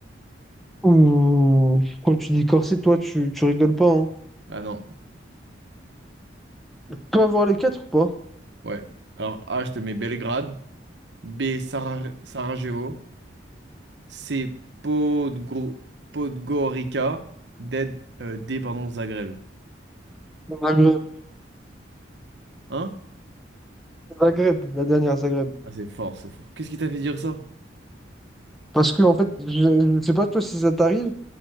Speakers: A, in the centre; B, on the right.
A: Ouh, quand tu dis corset, toi, tu, tu rigoles pas, hein.
B: Ah non,
A: Tu peux avoir les quatre ou pas?
B: ouais. Alors, A, je te mets Belgrade. B, Sara- Sarajevo. C'est Podgro- Podgorica d'Ed, euh, D, pardon, Zagreb.
A: Zagreb,
B: Hein?
A: Zagreb, la dernière Zagreb.
B: Ah, c'est fort, c'est fort. Qu'est-ce qui t'a fait dire ça?
A: Parce que, en fait, je ne sais pas toi si ça t'arrive,